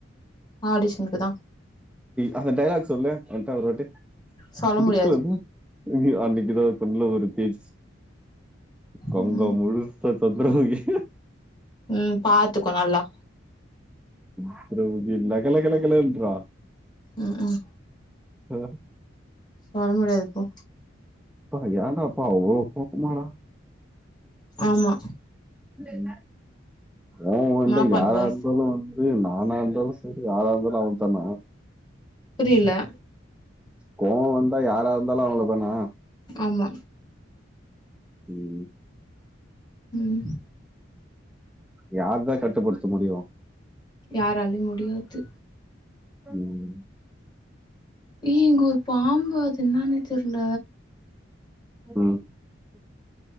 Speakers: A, on the left; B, in the centre.
A: ஆடிஷனுக்குதா
B: அந்த டையலாக் சொல்லு என்ட்ட ஒரு வாட்டி
A: சொல்ல
B: புடிக்கலனு
A: முடியாது
B: இங்யு அன்னைக்குதா கண்ணுல ஒரு தேஜஸ் கங்கா
A: ம்
B: முழு சா சந்திரமுகி
A: ம் பாத்துக்கோ நல்லா
B: சந்திரமுகி லக லகலகன்றான்
A: ம் ம்
B: ஆ
A: சொல்ல முடியாது போ
B: அப்பா ஏண்டாப்பா அவ்ளோ கோவமா டா
A: ஆமா
B: ம் கோபோ வந்தா
A: என்ன பண்ணுவ
B: யாரா இருந்தாலு டே நானாந்தாலு செரி யாராயிருந்தால அவன்தான
A: புரில
B: கோவோ வந்தா யாரா இருந்தாலு அவ்ளதானா
A: ஆமா
B: ம்
A: ம்
B: யார்தா கட்டுபடுத்த முடியு
A: யாராலயு முடியாது
B: ம்
A: ஏய் இங்க ஒரு பாம்பு அது என்னானே தெரில
B: ம்